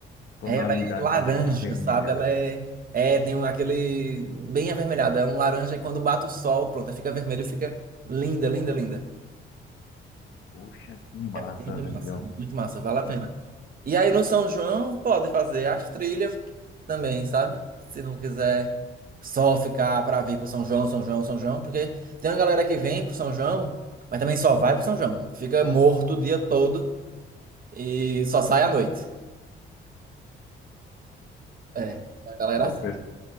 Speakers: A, on the left; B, on the right.
A: tonalidade
B: É, Ela é laranja,
A: avermelhada.
B: sabe? Ela é. É, tem um- aquele. Bem avermelhado. É um laranja e quando bate o sol, pronto, aí fica vermelho, fica linda, linda, linda.
A: Poxa, que massa,
B: É muito
A: velho.
B: massa, muito massa, vale a pena.
A: <laughs>
B: E aí no São João pode fazer as trilhas também, sabe? Se não quiser só ficar pra vir pro São João, São João, São João, porque tem uma galera que vem pro São João, mas também só vai pro São João. Fica morto o dia todo. E só sai à noite. É, a galera
A: Aí o
B: assim.